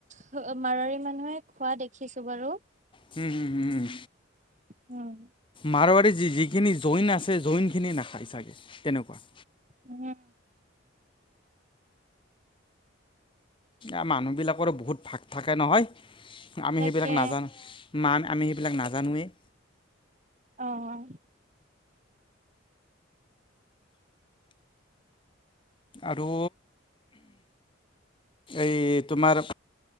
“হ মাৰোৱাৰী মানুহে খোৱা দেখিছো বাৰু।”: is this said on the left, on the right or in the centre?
Right